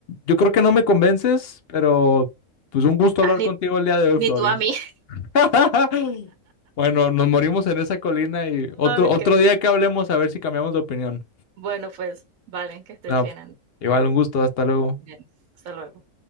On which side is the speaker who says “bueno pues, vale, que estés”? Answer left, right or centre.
Right